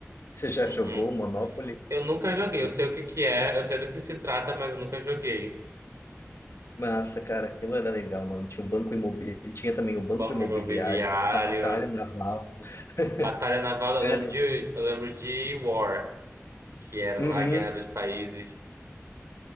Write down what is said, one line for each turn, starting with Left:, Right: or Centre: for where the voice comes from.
Left: Você já
Right: Uhum.
Left: jogou o Monopoly?
Right: Eu nunca joguei,
Left: Tipo,
Right: eu sei o que que é, eu sei do que se trata, mas eu nunca joguei.
Left: massa, cara, aquilo era legal, mano. Tinha o banco imobili tinha também o banco
Right: Banco
Left: imobiliário,
Right: Imobiliário,
Left: batalha naval. <laughs>
Right: Batalha Naval,
Left: Cara,
Right: eu lembro de, eu lembro de War, que era
Left: uhum,
Right: lá a Guerra dos Países.